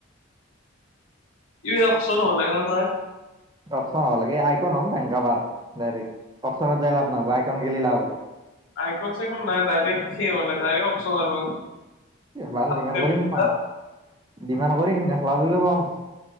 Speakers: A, on the left; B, on the right.
A: ইচ নব নাই ঘৰ
B: অপচন হ'ব লাগে আইকন হ'ম বেংকাবাৰ ডাইৰেক্ট অচনত যাই লাভ নহ'ব আইকন গেলি লাভ হ'ব
A: আইকন চাইকন নাই ডাইৰেক্ট খে হলে ডাইৰেক্ট অকচন আৰু
B: বাল
A: চাৰটে
B: ডিমাণ্ড কৰিম
A: মেনেজাৰ
B: মই ডিমাণ্ড কৰিম নেখেলাও বুলিও কম